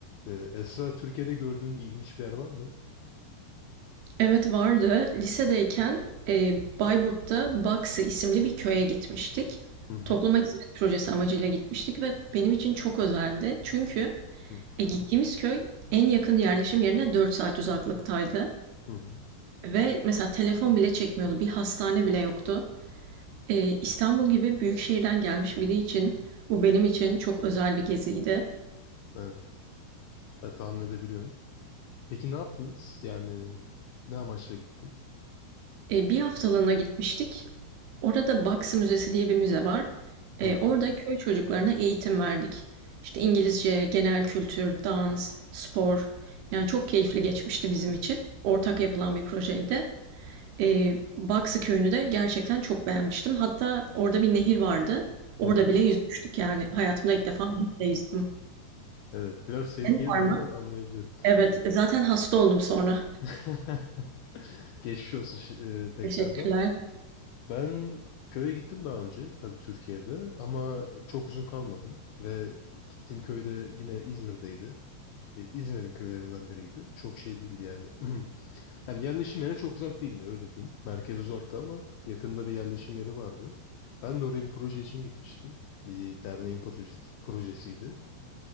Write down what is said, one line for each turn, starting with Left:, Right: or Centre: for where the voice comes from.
Left: Ee, Esra Türkiye'de gördüğün ilginç bir yer var mı?
Right: Evet vardı. Lisedeyken, eee, Bayburt'ta Baksı isimli bir köye gitmiştik.
Left: Hı hı.
Right: Topluma hizmet projesi amacıyla gitmiştik ve benim için çok özeldi. Çünkü
Left: Hı
Right: e, gittiğimiz köy en yakın yerleşim yerine 4 saat uzaklıktaydı.
Left: hı. hı.
Right: Ve mesela telefon bile çekmiyordu. Bir hastane bile yoktu. E, İstanbul gibi büyük şehirden gelmiş biri için bu benim için çok özel bir geziydi.
Left: Evet. Ya, tahmin edebiliyorum. Peki ne yaptınız? Yani ne amaçla gittin?
Right: E, bir haftalığına gitmiştik. Orada Baksı Müzesi diye bir müze var. Eee,
Left: Hı hı.
Right: orada köy çocuklarına eğitim verdik. İşte İngilizce, genel kültür, dans, spor. Yani çok keyifli geçmişti bizim için. Ortak yapılan bir projeydi. Eee Baksı köyünü de gerçekten çok beğenmiştim. Hatta orada bir nehir vardı. Orada
Left: Hı hı.
Right: bile yüzmüştük yani. Hayatımda ilk defa nehirde yüzdüm.
Left: <laughs> Evet. Biraz tehlikelidir
Right: Senin var mı?
Left: ama anlayabiliyorum.
Right: Evet, zaten hasta oldum sonra.
Left: <laughs> Geçmiş olsun şi- e, tekrardan.
Right: <laughs> Teşekkürler.
Left: Ben köye gittim daha önce. Tabii Türkiye'de. Ama çok uzun kalmadım. Ve gittiğim köyde yine İzmir'deydi. E, İzmir'in köylerinden biriydi. Çok şey değildi yani. <clears throat> Yani yerleşim yerine çok uzak değildi öyle diyeyim. Merkez uzakta ama yakında bir yerleşim yeri vardı. Ben de oraya bir proje için gitmiştim. Bir derneğin projesi, projesiydi.